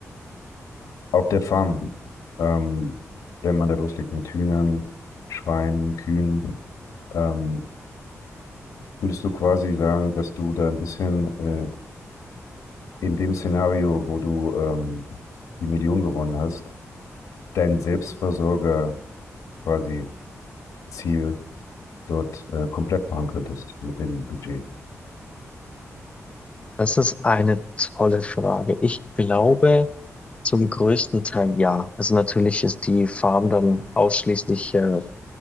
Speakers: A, on the left (about 85°); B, on the left (about 25°).
A: auf der Farm, ähm, wenn man da loslegt mit Hühnern, Schweinen, Kühen, ähm, würdest du quasi sagen, dass du da ein bisschen äh, in dem Szenario, wo du ähm, die Million gewonnen hast, dein Selbstversorger quasi Ziel dort äh, komplett machen könntest mit dem Budget?
B: Das ist eine tolle Frage. Ich glaube zum größten Teil ja. Also natürlich ist die Farm dann ausschließlich äh,